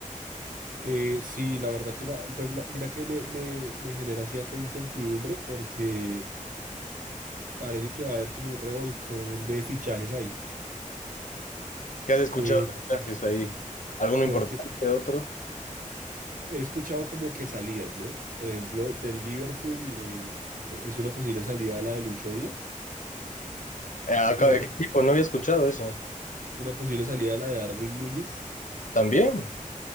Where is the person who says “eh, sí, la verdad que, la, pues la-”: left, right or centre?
Right